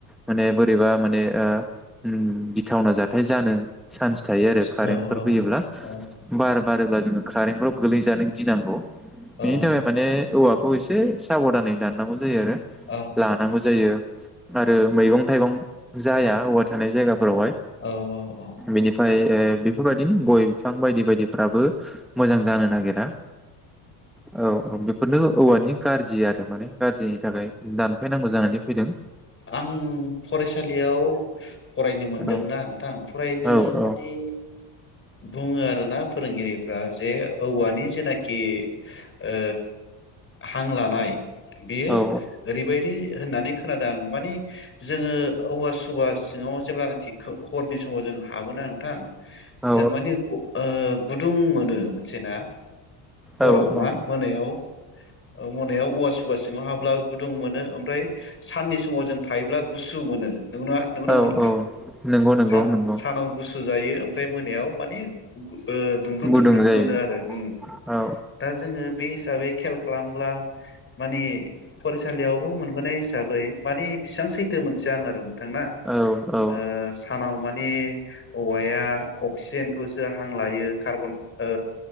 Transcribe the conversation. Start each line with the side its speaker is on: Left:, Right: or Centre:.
Centre: माने बोरैबा माने ओ ओम गिथावना जाथाय जानो चान्स थायो
Left: औ
Centre: आरो कारेन्टफोर
Left: औ
Centre: फैयोब्ला।
Left: औ
Centre: बार बारोब्ला जोङो कारेन्टफ्राव गोलैजानो गिनांगौ। बेनि
Left: औ
Centre: थाखाय माने औवा खौ एसे साबधानै दाननांगौ जायो आरो
Left: औ
Centre: लानांगौ जायो। आरो मैगं थाइगं जाया औवा थानाय जायगा फोरावहाय।
Left: औ
Centre: बिनिफ्राय ओ बेफोरबायदिनो गय बिफां बायदि बायदिफ्राबो मोजां जानो नागिरा। औ औ बेफोरनो औवानि गाज्रि आरो माने गाज्रिनि थाखाय दानफै नांगौ जानानै फैदों।
Left: आं फरायसालियाव फरायनो मोनदोंना
Centre: औ
Left: नोंथां? फरायनो
Centre: औ
Left: मादि
Centre: औ
Left: बुङो आरोना फोरोंगिरि फ्रा जे औवानि जेनाखि ओ हां लानाय बेयो
Centre: औ
Left: ओरैबायदि होननानै खोनादों आं माने जोङो औवा सुबा सिङाव जेब्ला नाखि हरनि समाव जों हाबोना नोंथां
Centre: औ
Left: जों माने ग ओ गुदुं मोनो मोनसे ना हराव
Centre: औ
Left: ना मोनायाव औ मोनायाव औवा सुबा सिङाव हाबब्ला गुदुं मोनो ओमफ्राय साननि समाव जों थायोब्ला गुसु मोनो। नोंगौना नोंगौ नामा
Centre: औ
Left: नोंथां
Centre: औ नंगौ नंगौ
Left: सा
Centre: नंगौ
Left: सानाव गुसु सुजायो ओमफ्राय मोनायाव माने गु बो दुंब्रुद
Centre: गुदुं
Left: दुंब्रुद
Centre: जायो
Left: मोनो आरो उम
Centre: औ
Left: दा जोङो बे हिसाबै खेल खालामब्ला माने फरायसालि यावबो मोन बोनाय हिसाबै माने बेसां सैथो मोनथिया आं आरो। थांना ओ
Centre: औ औ
Left: सानाव माने औवाया अक्सिजेन खौसो हां लायो कार्बन ओ